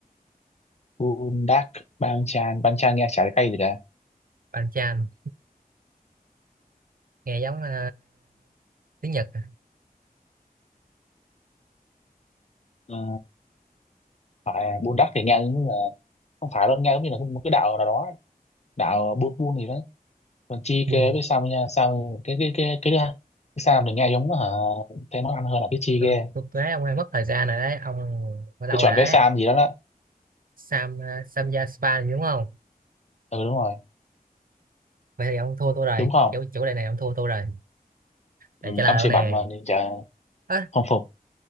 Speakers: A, on the left; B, on the right.
A: bundak banchan banchan nghe chả thấy cay gì cả
B: bánh chan nghe giống ờ, tiếng Nhật à.
A: Ờ, phải bundak thì nghe giống như là không phải đâu nghe giống như là một cái đạo nào đó đạo bun bun gì đó còn chi
B: Quỳnh.
A: ke với sam nha sam cái cái cái cái cái, cái sam thì nghe giống hả thấy món ăn hơn là cái chi
B: Tôi,
A: ke
B: tôi thấy ông đang mất thời gian rồi đấy ông bao lâu
A: tôi chọn
B: rồi đấy
A: cái sam gì đó, đó
B: Sam Samja Spa gì đúng không
A: ừ đúng rồi
B: vậy thì ông thua tôi rồi
A: đúng không
B: kiểu chủ đề này ông thua tôi rồi để
A: ừ,
B: trả lời
A: ông
B: đâu
A: siêu
B: nè
A: mạnh mà nên chả
B: à,
A: không phục